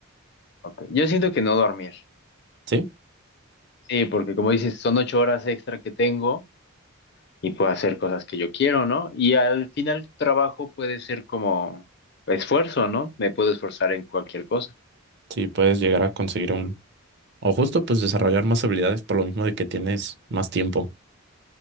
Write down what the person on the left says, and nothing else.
ok, Yo siento que no dormir.
Sí, porque como dices, son ocho horas extra que tengo. y puedo hacer cosas que yo quiero, ¿no? Y al final trabajo puede ser como esfuerzo, ¿no? Me puedo esforzar en cualquier cosa.